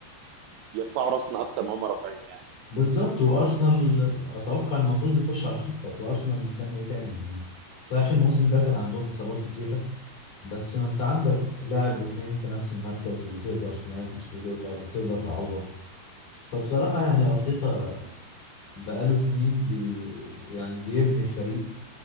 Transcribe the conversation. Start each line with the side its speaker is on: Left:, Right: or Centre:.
Right: يرفعوا راسنا أكتر ما هم رافعينها يعني
Left: بالظبط وارسنال اتوقع المفروض يخش على الخط اصل ارسنال مستني ايه تاني يعني صحيح الموسم ده كان عندهم اصابات كتيره بس ما انت عندك لاعب واتنين في نفس المركز وتقدر تنافس وتقدر تقدر تعوض فبصراحه يعني ارتيتا بقاله سنين بي يعني بيبني الفريق